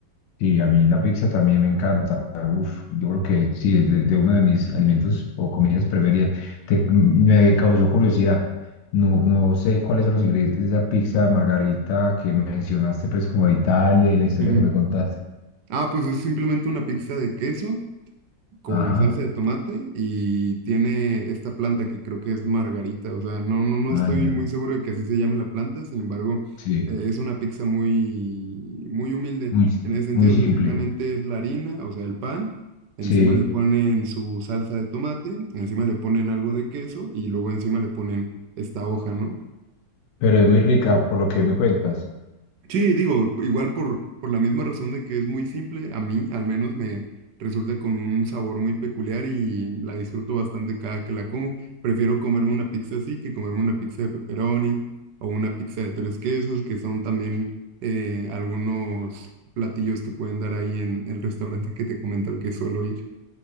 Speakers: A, on the left (about 80°); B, on the right (about 75°).
A: Sí, a mí la pizza también me encanta. Uf, yo creo que sí, es de, de uno de mis alimentos o comidas preferidas. Te- me causó curiosidad. No, no sé cuáles son los ingredientes de esa pizza margarita que mencionaste, pues como de Italia y la historia
B: Ujú.
A: que me contaste.
B: Ah, pues es simplemente una pizza de queso con
A: Ajá,
B: salsa de tomate y tiene esta planta que creo que es margarita, o sea, no, no, no
A: ah,
B: estoy
A: ya.
B: muy seguro de que así se llame la planta, sin embargo,
A: Sí,
B: eh, es una pizza muy, muy humilde
A: Muy,
B: en ese sentido,
A: muy simple.
B: o sea, simplemente es la harina, o sea, el pan, encima
A: sí,
B: le ponen su salsa de tomate, encima le ponen algo de queso y luego encima le ponen esta hoja, ¿no?
A: pero es muy rica por lo que me cuentas.
B: Sí, digo, igual por, por la misma razón de que es muy simple, a mí al menos me resulta con un sabor muy peculiar y la disfruto bastante cada que la como. Prefiero comerme una pizza así que comerme una pizza de pepperoni o una pizza de tres quesos, que son también eh, algunos platillos que pueden dar ahí en el restaurante que te comento al que suelo ir.